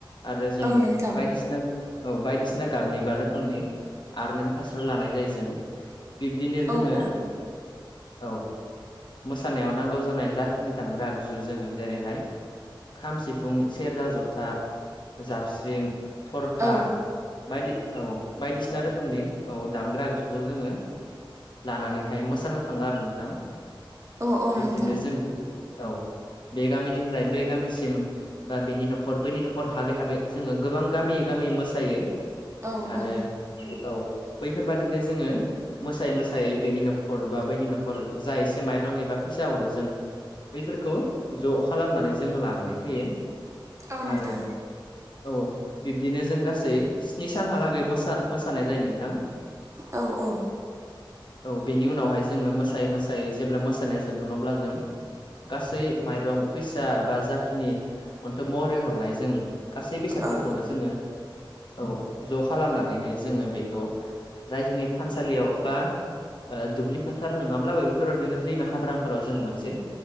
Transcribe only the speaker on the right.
औ नोंथां
औ औ
औ
औ औ
नोंथां
औ
औ
औ नोंथां
औ औ
औ